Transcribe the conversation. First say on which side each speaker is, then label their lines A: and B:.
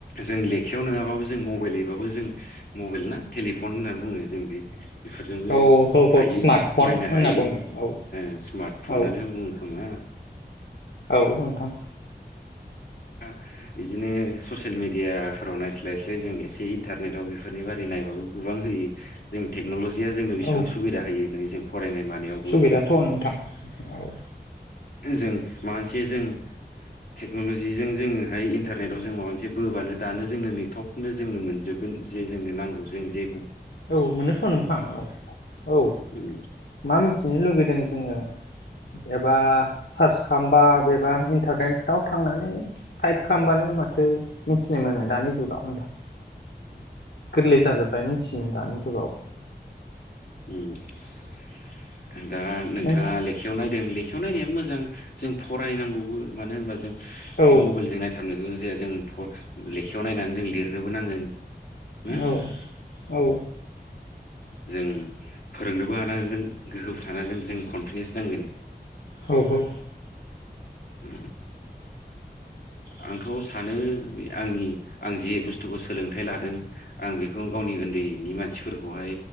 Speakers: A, on the left (about 65°); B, on the left (about 80°).
A: जों लेखायाव नङाबाबो जों मबाइलैबाबो जों मबाइल ना टेलिफन होननानै बुङो जों बे बेफोरजोंबो
B: औ औ औ
A: हायो
B: स्मार्टफन
A: फरायनो
B: होनना
A: हायो
B: बुङो औ
A: ओ स्मार्ट फनानो
B: औ
A: बुङो खोमा
B: औ नोंथां।
A: ओ बिदिनो ससियेल मिेडियाफोराव नायस्लायस्लाय जों एसे इन्टारनेटआव बेफोरनि बारै नायबाबो गोबां होयो जों टेक्न'लजि जिया जोंनो बेबां
B: औ
A: सुबिदा होयो नै जों फरायनाय मानायावबो
B: सुबिदाथ' नोंथां औ।
A: जों मानसि जों टेक्न'लजि जिजों जोङोहाय इन्टारनेटाव जों माबा मोनसे बोबानो दानो जोंनो नै थफनो जोंनो मोनजोबगोन जे जोंनो नांगौ जों जे
B: औ मोनोथ' नोंथां औ औ औ
A: उम
B: मा मिथिनो लुगैदों जोङो एबा सार्च खालामबा एबा इन्टारनेटाव थांनानै टाइप खालामबानो माथो मिथिनो मोनो दानि जुगाव नोंथां। गोरलै जाजोबबाय। फिसिनो दानि जुगाव
A: ओम। दा नोंथाङा
B: नों
A: लेखायाव नायदों लेखा बेयाव नायनाया मोजां जों फरायनांगौबो मानो होनबा जों
B: औ
A: ए मबाइलजों नायथारनो ज जाया जों फरा लेखायाव नायनानै जों लिरनोबो नांगोन ना
B: औ औ।
A: जों फोरोंनोबो हानांगोन गोहोबो थानांगोन जों कनफिदेन्स नांगोन
B: औ औ।
A: आ आंथ' सानो आंनि आं जे बुस्थुखौ सोलोंथाइ लादों आं बेखौ गावनि उन्दैनि मानसिफोरखौहाय